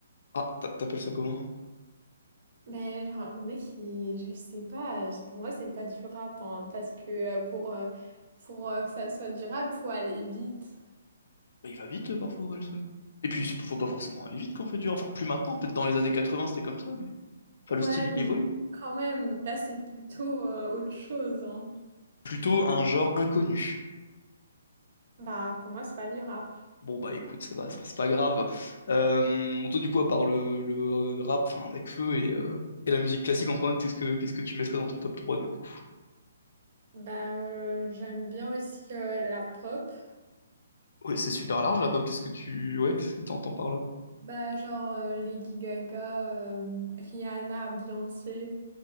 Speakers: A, on the left; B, on the right.
A: ah, t'a- t'appelles ça comment?
B: Ben, genre, le mec, il- je sais pas, c'est- pour moi, c'est pas durable, hein, parce que euh, pour, euh, pour euh, que ça soit durable, faut aller vite.
A: Bah, il va vite euh, parfois, Orelsan. Et puis, c'est- faut pas forcément aller vite quand on fait du rap. Enfin, plus maintenant, peut-être dans les années 80, c'était comme ça, mais enfin,
B: Ouais,
A: le style,
B: mais
A: il évolue.
B: quand même, là, c'est plutôt euh, autre chose, hein.
A: Plutôt un genre inconnu.
B: Bah, pour moi, c'est pas durable.
A: Bon, bah écoute, ça va, ça, c'est pas grave. Euh, Monto, du coup, à part le, le- le rap, enfin, Nekfeu et, euh, et la musique classique en premier, qu'est-ce que, qu'est-ce que tu mettrais dans ton top trois du coup?
B: Bah, euh, j'aime bien aussi euh, la pop.
A: Ouais, c'est super large la pop, qu'est-ce que tu. Ouais, qu'est-ce que t'entends par là?
B: Bah, genre euh, Lady Gaga, euh, Rihanna, Beyoncé,